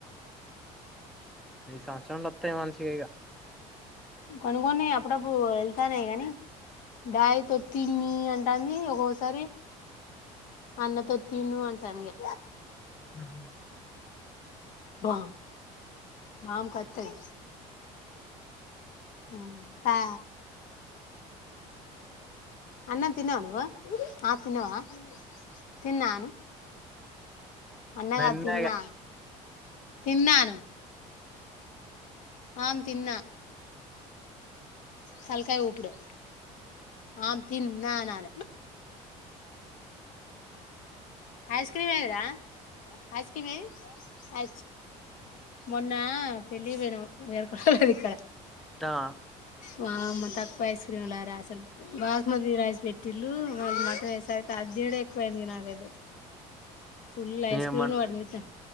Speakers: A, in the centre; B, on the left.
A: ఈ సంవత్సరంలో వత్తయి మంచిగిగా
B: కొను గొని అప్పుడప్పుడు వెళ్తానే కాని దాయితో తిన్ని అంటంది ఒకోసారి అన్నతొ తిను అంటందిగా
A: మ్మ్ హ్మ్
B: బా మామ్ కత్తది మ్ పా అన్నం తిన్నావ నువ్వు ఆ తిన్నావా తిన్నా అను. అన్నగా
A: నిన్నే
B: తిన్నా
A: ఇగ
B: తిన్నా అను ఆం తిన్నా తలకాయ ఉఊపుడే ఆమ్ తిన్నా న ఐస్ క్రీమ్ వరా అజకి మీేయి అ మొన్న పెళ్లి ది ఇక్కడ
A: ఆ
B: వామ్మ తక్కువ ఇసు క్రీమ్లార అసలు బాస్మతి రైస్ పెట్టిళ్ళలు వా మటన్ వేసరి అదిీడ ఎక్కువయింది నాక అది ఫుల్ ఐస్క్రీమ్
A: ఏమన్నా
B: వాడిన